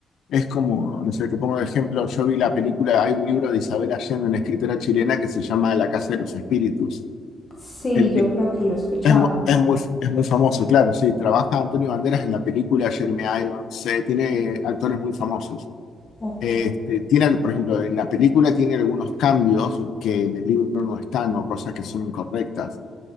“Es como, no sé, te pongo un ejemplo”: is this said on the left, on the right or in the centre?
Left